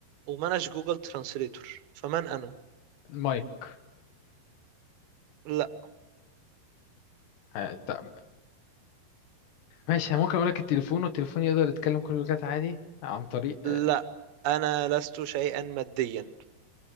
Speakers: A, on the right; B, on the left.
A: ومناش جوجل ترانسليتور فمن انا
B: المايك
A: لا
B: ه- ت- ماشي أنا ممكن اقول لك التليفون والتليفون يقدر يتكلم كل اللغات عادي عن طريق آه،
A: لا انا لست شيئا ماديا